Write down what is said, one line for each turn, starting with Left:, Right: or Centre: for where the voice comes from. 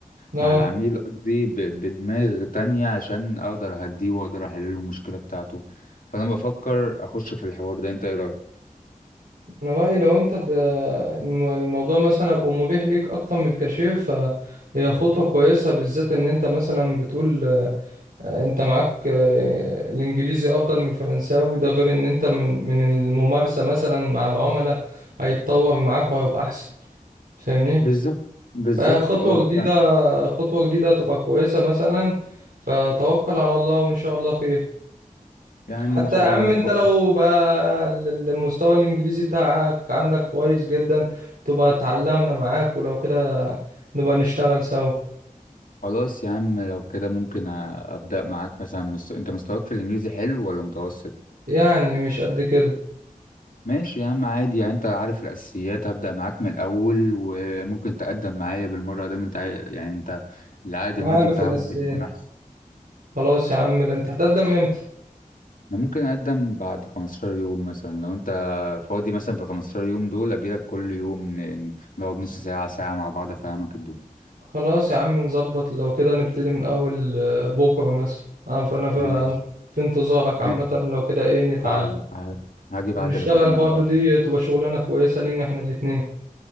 Right: اه
Left: مع العميل قصدي ب- بدماغ تانية عشان اقدر اهديه واقدر احل له المشكلة بتاعته فانا بفكر اخش في الحوار ده انت ايه رأيك
Right: انا رأيي لو انت ب... الم- الموضوع مثلا هيبقى مبيح ليك اكتر من الكاشير فهي خطوة كويسة بالذات ان انت مثلا بتقول آه، انت معاك آه، الانجليزي افضل من الفرنساوي ده غير ان انت من من الممارسة مثلا مع العملاء هيتطور معاك وهيبقى احسن فاهمني
Left: بالظبط بالظبط
Right: فخطوة
Left: اه بس
Right: جديدة
Left: أنا-
Right: خطوة جديدة تبقى كويسة مثلا فتوكل على الله وان شاء الله خير
Left: يعني
Right: حتى
Left: ان شاء
Right: يا عم
Left: الله هفكر
Right: انت لو بقى المستوى الانجليزي بتاعك عندك كويس جدا تبقى اتعلمنا معاك ولو كده نبقى نشتغل سوا
Left: خلاص يا عم لو كده ممكن أ- ابدأ معاك مثلا من الس- انت مستواك في الانجليزي حلو ولا متوسط
Right: يعني مش قد كده
Left: ماشي يا عم عادي يعني انت عارف الاساسيات هبدأ معاك من الاول وممكن تقدم معايا بالمرة ده انت عاي- يعني انت العائد
Right: عامل
Left: المادي بتاعها
Right: في الاساسيات
Left: ممكن يكون احسن
Right: خلاص يا عم لا انت هتقدم امتى
Left: انا ممكن اقدم بعد 15 يوم مثلا لو انت فاضي مثلا في 15 يوم دول اجيلك كل يوم ن- نقعد نص ساعة ساعة مع بعض افهمك الدنيا
Right: خلاص يا عم نظبط لو كده نبتدي من اول آه، بكره مثلا اه فانا في
Left: ماشي
Right: في انتظارك
Left: ماشي
Right: عامه لو كده ايه نتعلم
Left: بعد هاجي بعد
Right: ونشتغل
Left: الغدا انا
Right: برضو
Left: على
Right: دي
Left: طول.
Right: تبقى شغلانه كويسه لينا احنا الاتنين